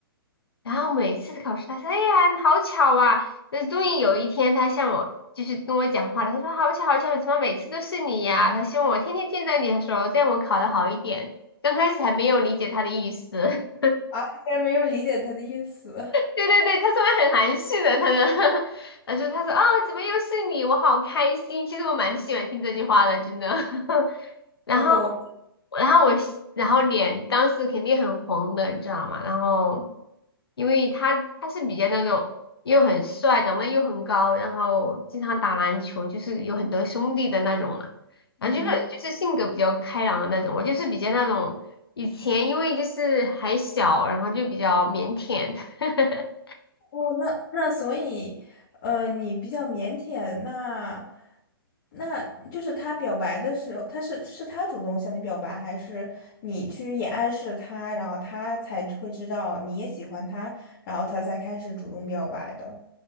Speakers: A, on the left (about 75°); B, on the left (about 50°).
A: 然后每次考试他说：“哎呀，好巧啊！”那终于有一天，他向我就是跟我讲话了，他说：“好巧，好巧，怎么每次都是你呀？”他希望我天天见到你，的时候，这样我考得好一点。刚开始还没有理解他的意思，
B: 啊，竟然没有理解他的意思，
A: 对对对，他说的很含蓄的，他的，<laughs> 他是他说啊，怎么又是你？我好开心。其实我蛮喜欢听这句话的，真的。<laughs> 然后，
B: 我懂，
A: 然后我，然后脸当时肯定很红的，你知道吗？然后，因为他他是比较那种又很帅，长得又很高，然后经常打篮球，就是有很多兄弟的那种嘛。然后就是就是性格比较开朗的那种，
B: 嗯。
A: 我就是比较那种以前因为就是还小，然后就比较腼腆。<laughs>
B: 哦，那那所以，呃，你比较腼腆，那那就是他表白的时候，他是是他主动向你表白，还是你去也暗示他，然后他才会知道你也喜欢他，然后他才开始主动表白的？